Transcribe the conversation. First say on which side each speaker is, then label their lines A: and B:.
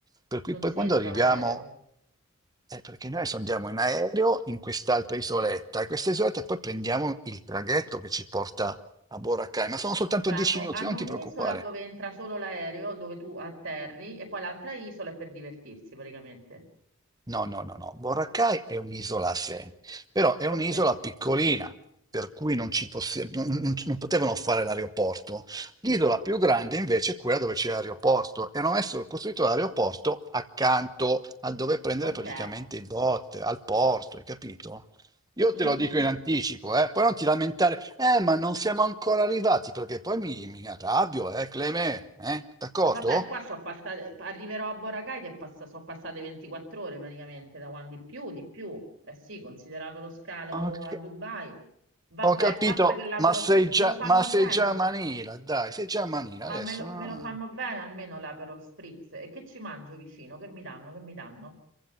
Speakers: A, on the right; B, on the right.
A: Per cui
B: Non
A: poi
B: c'entra
A: quando arriviamo,
B: l'aereo.
A: eh, perché noi adesso andiamo in aereo in quest'altra isoletta, e questa isoletta poi prendiamo il traghetto che ci porta a Boracay, ma sono soltanto
B: Cioè
A: 10
B: hanno,
A: minuti,
B: hanno
A: non ti
B: un'isola
A: preoccupare.
B: dove entra solo l'aereo, dove tu atterri, e poi l'altra isola è per divertirsi praticamente.
A: No, no, no, no. Boracay è un'isola a sé, però è un'isola
B: Ok,
A: piccolina, per cui non, ci possi- non- non- non potevano fare l'aeroporto. L'isola più grande invece è quella dove c'è l'aeroporto e hanno messo, costruito l'aeroporto accanto a dove prendere
B: ok.
A: praticamente i bot, al porto, hai capito? Io
B: Mhm.
A: te lo dico in anticipo, eh? Poi non ti lamentare, eh, ma non siamo ancora arrivati, perché poi mi, mi arrabbio, eh, Cleme, eh? D'accordo?
B: Vabbè, qua so passate, arriverò a Boracay che passa, sono passate 24 ore praticamente da quando di più, di più. Eh sì, considerato lo scalo
A: Ok.
B: a Dubai. Vabbè,
A: Ho capito,
B: basta che l'Aperol
A: ma sei
B: me
A: già,
B: lo fanno
A: ma sei
B: bene,
A: già a Manila, dai, sei già a Manila
B: ma
A: adesso.
B: me lo,
A: no? no,
B: me lo
A: no.
B: fanno bene almeno l'Aperol Spritz. E che ci mangio vicino? Che mi danno? Che mi danno?